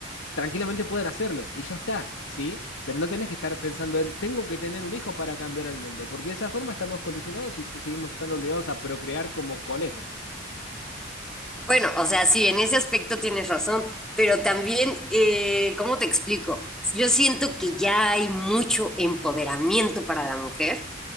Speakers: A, on the left; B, in the centre.
A: tranquilamente pueden hacerlo y ya está, ¿sí? Pero no tenés que estar pensando en, tengo que tener un hijo para cambiar al mundo, porque de esa forma estamos condicionados y te- seguimos estando obligados a procrear como conejos.
B: Bueno, o sea, sí, en ese aspecto tienes razón, pero también, eh, ¿cómo te explico? Yo siento que ya hay mucho empoderamiento para la mujer